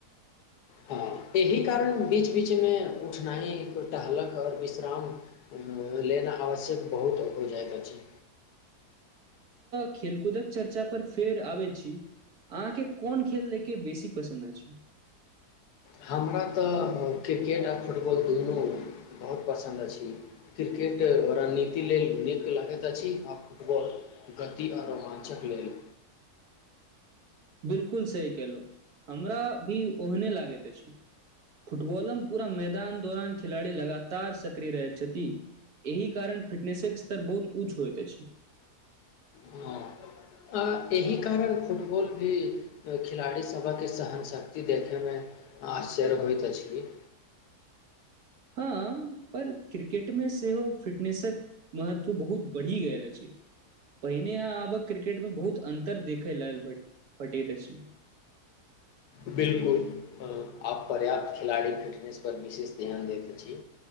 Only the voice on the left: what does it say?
हँ एहि कारण बीच बीचमे उठनाइ टहलक ओर विश्राम लेना आवश्यक बहुत हो जाइत अछि।
हमरा तऽ क्रिकेट आओ फुटबॉल दुनू बहुत पसन्द अछि क्रिकेट रणनीति लेल नीक लगैत अछि आ फुटबॉल गति आ रोमाञ्चक लेल।
हँ आ एहि कारण फुटबॉल भी खिलाड़ीसभक सहनशक्ति देखयमे आश्चर्य होइत अछि
बिलकुल आब पर्याप्त खिलाड़ी फिटनेसपर विशेष ध्यान दैत अछि